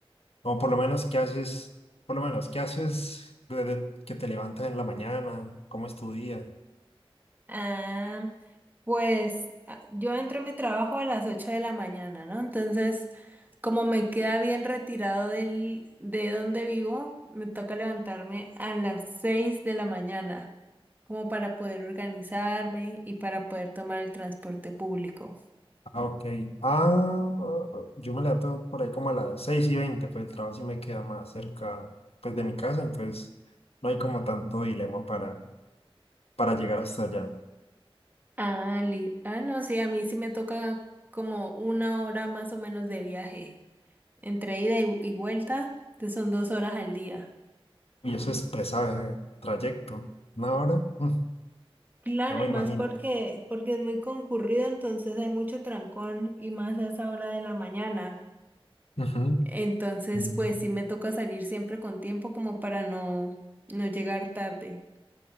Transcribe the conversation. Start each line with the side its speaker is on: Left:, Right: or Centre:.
Left: O por lo menos, ¿qué haces? Por lo menos, ¿qué haces desde que te levantas en la mañana? ¿Cómo es tu día?
Right: Ah, pues ah, yo entro a mi trabajo a las 8 de la mañana, ¿no? Entonces, como me queda bien retirado del, de donde vivo, me toca levantarme a las 6 de la mañana, como para poder organizarme y para poder tomar el transporte público.
Left: Ah, ok. Ah, yo me levanto por ahí como a las seis y veinte pues el trabajo sí me queda más cerca pues, de mi casa, entonces no hay como tanto dilema para, para llegar hasta allá.
Right: Ah, li- ah, no, sí, a mí sí me toca como una hora más o menos de viaje, entre ida y, y vuelta, que son dos horas al día.
Left: Y eso es pesado, eh, trayecto. Una hora, Mm,
Right: Claro,
Left: no me
Right: y
Left: imagino.
Right: más porque, porque es muy concurrido, entonces hay mucho trancón y más a esa hora de la mañana.
Left: Ujú.
Right: Entonces,
Left: Mm.
Right: pues sí me toca salir siempre con tiempo como para no, no llegar tarde.